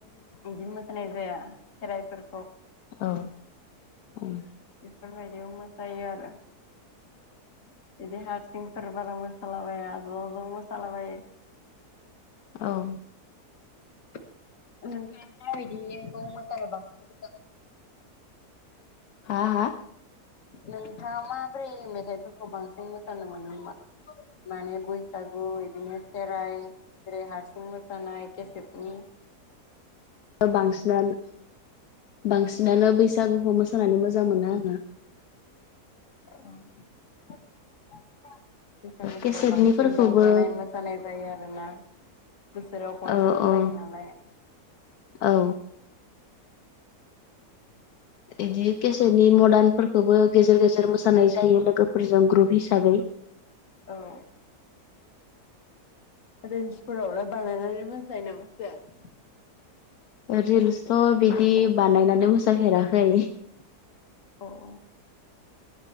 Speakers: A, on the left (about 55°); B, on the left (about 70°).
A: इदि मोसानाय जाया खेराइफोर
B: औ ओं
A: बेफोरबायदियाव मोसायो आरो बिदि हास सिंफोर बारा मोसालाबाया ज' ज' मोसालाबायो।
B: औ
A: <inaudible> नोंथाङा माबायदिखौ मोसानो बांसिन मोजां मोनो?
B: हा हा?
A: नोंथाङा माब्रै मेथाइफोरखौ बांसिन मोसानो मोनो मा? माने बैसागु बिदिनो खेराइ जेरै हारसिं मोसानाय केसेदनि <inaudible>
B: बांसिनानो बांसिनानो बैसागुखौ मोसानानै मोजां मोनो आङो
A: औ बैसागुफोराव
B: केसेटनिफोरखौबो
A: बांसिन रंजानाय मोसानाय जायो आरोना। बोसोराव खनसेल'
B: औ औ
A: जायो नालाय।
B: औ इदि केसेदनि मदार्न फोरखौबो गेजेर गेजेर मोसानाय जायो लोगोफोरजों ग्रुप हिसाबै।
A: औ रिल्सफोरावलाय बानायनानै मोसायो ना मोसाया?
B: रिल्सथ' बिदि बानायनानै मोसाफेराखै।
A: औ औ